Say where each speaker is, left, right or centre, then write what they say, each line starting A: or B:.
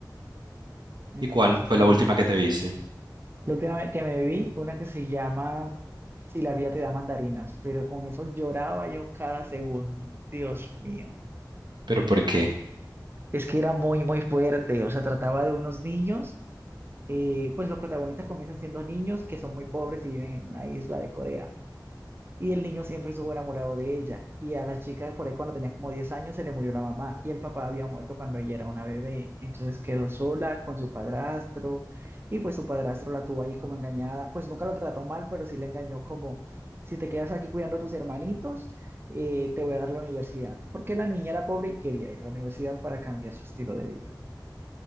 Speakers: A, on the right (about 30°); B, on the right (about 80°).
A: Entonces,
B: ¿Y cuál fue
A: sí.
B: la última que te viste?
A: La última vez que me vi, una que se llama Si la vida te da mandarinas, pero con eso lloraba yo cada segundo. Dios mío.
B: ¿Pero por qué?
A: Es que era muy, muy fuerte. O sea, trataba de unos niños eh, pues los protagonistas comienzan siendo niños que son muy pobres y viven en una isla de Corea. Y el niño siempre estuvo enamorado de ella. Y a la chica, por ahí cuando tenía como 10 años, se le murió la mamá. Y el papá había muerto cuando ella era una bebé. Entonces quedó sola con su padrastro. Y pues su padrastro la tuvo ahí como engañada. Pues nunca la trató mal, pero sí le engañó como, si te quedas aquí cuidando a tus hermanitos, eh, te voy a dar la universidad. Porque la niña era pobre y quería ir a la universidad para cambiar su estilo de vida.